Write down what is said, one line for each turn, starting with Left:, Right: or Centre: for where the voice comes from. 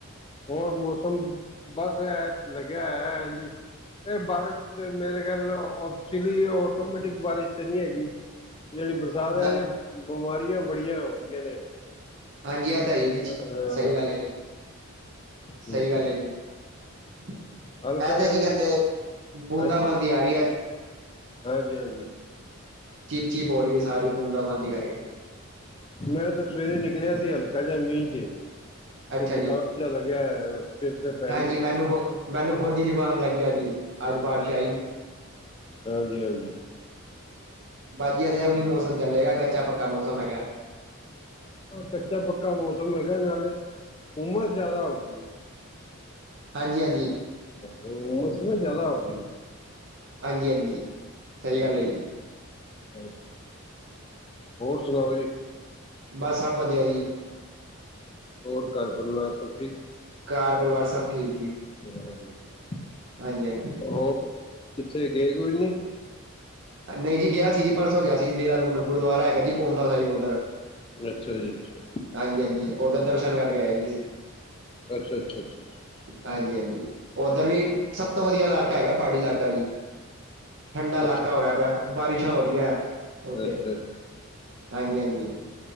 Left: ਹੋਰ ਮੌਸਮ ਬਸ ਇਹ ਲੱਗਿਆ ਹੈ ਜੀ। ਇਹ ਬਾਰਿਸ਼ ਮੇਰੇ ਖਿਆਲ <unintelligible> ਆਟੋਮੈਟਿਕ ਬਾਰਿਸ਼ ਤੇ ਨਹੀਂ ਹੈਗੀ। ਜਿਹੜੀ ਬਰਸਾਤ
Right: ਨਾ
Left: ਹੈ ਬਿਮਾਰੀਆਂ ਬੜੀਆਂ ਹੋ ਰਹੀਆਂ ਨੇ।
Right: ਹਾਂਜੀ ਇਹ ਤਾਂ ਹੀ ਏ ਜੀ
Left: ਹਲ
Right: ਸਹੀ ਗੱਲ ਏ ਜੀ। ਸਹੀ
Left: ਹੂੰ
Right: ਗੱਲ ਏ ਜੀ। ਇਹ
Left: ਹਲਕਾ
Right: ਤੇ
Left: ਜਿਹਾ
Right: ਕੀ ਕਹਿੰਦੇ ਬੂੰਦਾ-
Left: ਹਾਂਜੀ
Right: ਬਾਂਦੀ ਆ ਰਹੀ ਐ।
Left: ਹਾਂਜੀ -ਹਾਂਜੀ।
Right: ਚਿਪ -ਚਿਪ ਹੋ ਰਹੀ ਹੈ ਸਾਰੀ, ਬੂੰਦਾ -ਬਾਂਦੀ ਦੀ ਕਰਕੇ।
Left: ਮੈਂ ਤੇ ਸਵੇਰੇ ਨਿਕਲਿਆ ਸੀ, ਹਲਕਾ ਜ ਮੀਂਹ 'ਚ।
Right: ਅੱਛਾ
Left: ਤੇ ਜ਼ੁਕਾਮ
Right: ਜੀ
Left: ਜਾ ਲੱਗਿਆ ਹੋਇਆ ਹੈ। ਸਿਰ ਤੇ ਪੈ
Right: ਹਾਂਜੀ
Left: ਗਈ
Right: ਮੈਨੂੰ ਖੁ, ਮੈਨੂੰ ਖੁਦ ਹੀ ਜੁਕਾਮ ਲੱਗਿਆ ਜੀ, ਅੱਜ ਬਾਰਿਸ਼ ਆਈ।
Left: ਹਾਂਜੀ, ਹਾਂਜੀ।
Right: ਬਸ ਜੀ ਐਵੇ ਵੀ ਮੌਸਮ ਚੱਲੇਗਾ, ਕੱਚਾ ਪੱਕਾ ਮੌਸਮ ਹੈਗਾ।
Left: ਹਾਂ ਕੱਚਾ ਪੱਕਾ ਮੌਸਮ ਹੈਗਾ ਹੈ, ਨਾਲੇ ਉਮਰ ਜਿਆਦਾ ਹੋ ਗਈ ਹੈ।
Right: ਹਾਂਜੀ -ਹਾਂਜੀ।
Left: ਹੁੰਮਸ ਨਾ ਜ਼ਿਆਦਾ ਹੋਗੀ।
Right: ਹਾਂਜੀ- ਹਾਂਜੀ। ਸਹੀ
Left: ਹ,
Right: ਗੱਲ ਹੈ ਜੀ
Left: ਹੋਰ ਸੁਣਾਓ ਜੀ।
Right: ਬਸ ਸਭ ਵਧੀਆ ਜੀ।
Left: ਹੋਰ ਘਰ ਪਰਿਵਾਰ ਸਭ ਠੀਕ।
Right: ਘਰ ਪਰਿਵਾਰ ਸਭ ਠੀਕ ਜੀ।
Left: ਹ।
Right: ਹਾਂਜੀ -ਹਾਂਜੀ।
Left: ਹੋਰ? ਕਿੱਥੇ ਗਏ ਕੋਈ ਨੀ।
Right: ਨਹੀਂ ਜੀ ਗਿਆ ਸੀ ਜੀ ਪਰਸੋਂ ਗਿਆ ਸੀ ਜੀ ਦੇਹਰਾਦੂਨ, ਗੁਰਦੁਆਰਾ ਹੈਗਾ ਜੀ ਪਾਉਂਟਾ ਸਾਹਿਬ ਉੱਧਰ।
Left: ਅੱਛਾ ਜੀ ਅੱਛਾ
Right: ਹਾਂਜੀ- ਹਾਂਜੀ, ਉਧਰ ਦਰਸ਼ਨ ਕਰਕੇ ਆਏ ਜੀ ਅਸੀ।
Left: ਅੱਛਾ ਅੱਛਾ ਅੱਛਾ ਅੱਛਾ
Right: ਹਾਂਜੀ -ਹਾਂਜੀ। ਉੱਧਰ ਵੀ, ਸਭ ਤੋਂ ਵਧੀਆ ਇਲਾਕਾ ਹੈਗਾ ਪਹਾੜੀ ਇਲਾਕਾ ਜੀ, ਠੰਡਾ ਇਲਾਕਾ
Left: ਅੱਛਾ ਅੱਛਾ
Right: ਹੋਇਆ ਪਿਆ ਬਾਰਿਸ਼ਾਂ ਹੋ ਰਹੀਆਂ, ਉਹ ਤੇ,
Left: ਅੱਛਾ।
Right: ਹਾਂਜੀ- ਹਾਂਜੀ।